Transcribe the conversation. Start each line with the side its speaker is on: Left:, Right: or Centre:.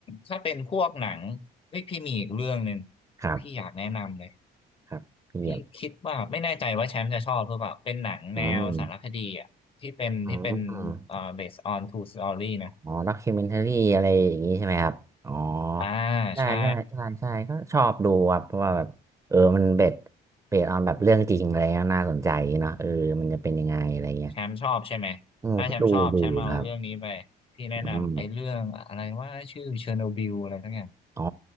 Left: ถ้าเป็นพวกหนังเฮ้ยพี่มีอีกเรื่องหนึ่ง
Right: ครับ
Left: พี่อยากแนะนำเลย
Right: ครับเยี่ยม
Left: พี่คิดว่าไม่แน่ใจว่าแชมป์จะชอบหรือเปล่าเป็นหนังแนวสารคดีอ่ะที่เป็นที่เป็น
Right: อืมอืม
Left: เอ่อ based on true story นะ
Right: อ๋อด็อกิเมนทารี่อะไรอย่างงี้ใช่ไหมครับอ๋อ
Left: อ่า
Right: ใช่ใช่ใช่ใช่ก็ชอบดูครับเพราะว่าแบบเออมันเบ็ด
Left: ใช่
Right: เบ็ดออนแบบเรื่องจริงอะไรเงี้ยน่าสนใจเนาะเออมันจะเป็นยังไงอะไรเงี้ย
Left: แชมป์ชอบใช่ไหมถ้าแชมป์ชอบแชมป์เอาเรื่องนี้ไปพี่แนะนำไอ้เรื่องอะไรว่าชื่อเชอร์โนบิลอะไรทั้งอย่าง
Right: อืมก็ดูดูครับอืมอ๋อ